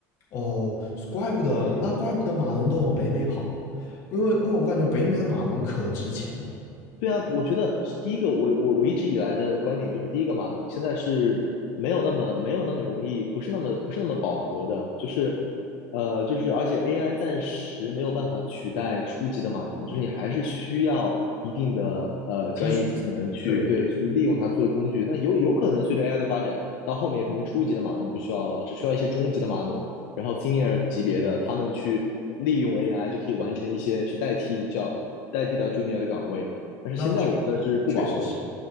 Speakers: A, on the left; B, on the left.
A: 哦，怪不得，那怪不得码农都往北美跑啊因为因为我感觉北美的码农可值钱了。
B: 对啊，我觉得第一个，我我我一直以来的观点就是，第一个码农现在是没有那么没有那么容易，不是那么不是那么饱和的，就是呃就是而且 AI 暂时没有办法取代初级的码农，就是你还是需要一定的呃专业技能去对去利用它作为工具。
A: 技术，对，
B: 但有有可能随着 AI 的发展，到后面可能初级的码农不需要了，只需要一些中级的码农，然后 senior 级别的他们去利用 AI 就可以完成一些去代替叫代替掉 junior 的岗位。但是现在我觉得是不饱和的，
A: 那确确实是，